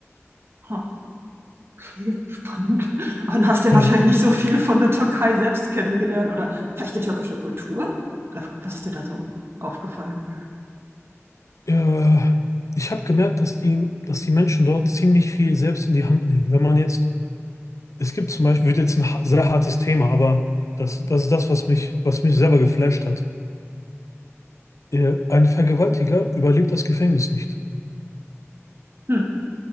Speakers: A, on the right; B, on the left.
A: ha, okay, spannend. <laughs> Aber dann hast du ja
B: Ja.
A: wahrscheinlich nicht so viel von der Türkei selbst kennengelernt oder vielleicht die türkische Kultur? Oder was ist dir da so aufgefallen?
B: Äh, ich habe gemerkt, dass die, dass die Menschen dort ziemlich viel selbst in die Hand nehmen. Wenn man jetzt, es gibt zum Beispiel, wird jetzt ein ha- sehr hartes Thema, aber das, das ist das, was mich, was mich selber geflasht hat. Äh, ein Vergewaltiger überlebt das Gefängnis nicht.
A: Hm.